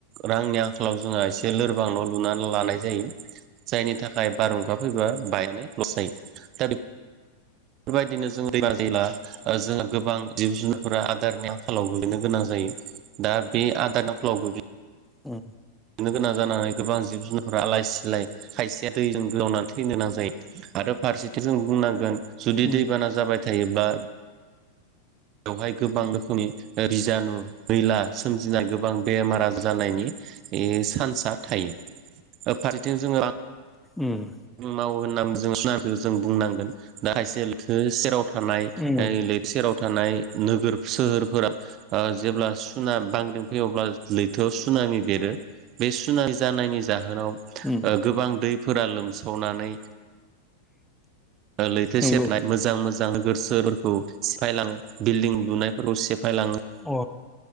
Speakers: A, on the right; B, in the centre.
A: रांनि आंखालाव जोंहा एसे लोरबां न' लुनानै लानाय जायो जायनि थाखाय बारहुंखा फैबाबायनानै लस जायो दा बेफोरबायदिनो जों दैमा दैला जोंहा गोबां जिब जुनारफोरा आदारनि आंखालावबोनो गोनां जायो दा बे आदारनि आंखालावबो
B: औ
A: नो गोनां जानानै गोबां जिब जुनारफोरा आलाय सिलाय खायसेया दैजों गोजावनानै थैनो गोनां जायो आरो फारसेथिं जों बुंनांगोन जुदि
B: उम
A: दैबाना जाबाय थायोब्ला बेवहाय गोबां रोखोमनि बिजानु मैला दिना गोबां बेमार आजार जानायनि चान्स थायो फारसेथिं जोङो
B: उम उम
A: मावो होननानै जोंखौ जों बुंनांगोन दा हायसेलथो सेराव थ थानाय
B: उम
A: लबसे राव थानाय थानाय नोगोर सोहोरफोराव जेब्ला सुना बांग्रिं फैयो अब्ला लैथोआव सुना बेरो बे सुनाय जानायनि जाहोनाव
B: उम
A: गोबां दैफोरा लोमसावनानै लैथो
B: नंगौ
A: सेरनाय मोजां मोजां नोगोर सोहोराव सिफायलाङो बिल्डिं लुनायफोरखौ सिफायलाङो
B: अ